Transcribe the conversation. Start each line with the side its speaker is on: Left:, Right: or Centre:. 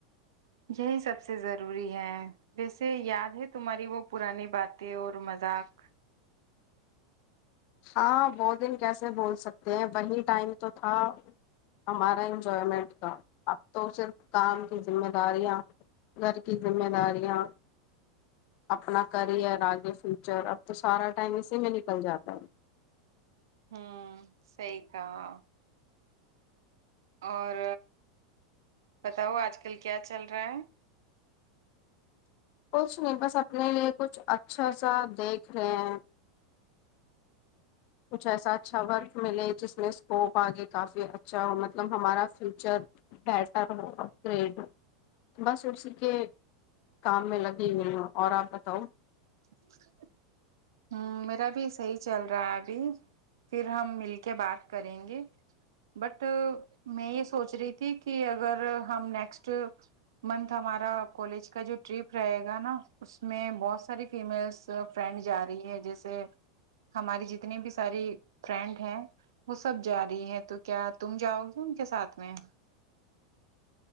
Right: یہی سب سے ضروری ہے ویسے یاد ہے تمہاری وہ پرانی باتیں اور مذاق
Left: ہاں بہ دن کیسے بول سکتے ہیں وہیں ٹائم تو تھا ہمارا انجوائمنٹ کا اب تو صرف کام کی ذمے داریاں گھر کی ذمے داریاں اپنا کریئر آگے فیوچر اب تو سارا ٹائم اسی میں نکل جاتا ہے
Right: ہوں سی کہاا اور بتاؤ آج کل کیا چل رہا ہے
Left: کچھ نہیں بس اپنے لیے کچھ اچھا سا دیکھ ہاں کچھ ایسا اچھا ورک ملے جس میں اسکوپ آگے کافی اچھا ہو مطلب ہمارا فیوچر بیٹر ہو اپ گریڈ بس اسی کے کام میں لگ جی بال اور آپ بتاؤ
Right: <unintelligible> ہ میرا بھی صحیح چل رہا ہے ابھی پھر ہم مل کے بات کریں گے بٹ میں یہ سوچ رہی تھی کہ اگر ہم نیکسٹ منتھ ہمارا کالج کا جو ٹرپ رہے گا نا اس میں بہت ساری فیمیلس فرینڈس جا رہی ہے جیسے ہماری جتنی بھی ساری فرینڈ ہیں وہ سب جا رہی ہے تو کیا تم جاؤ گے ان کے ساتھ میں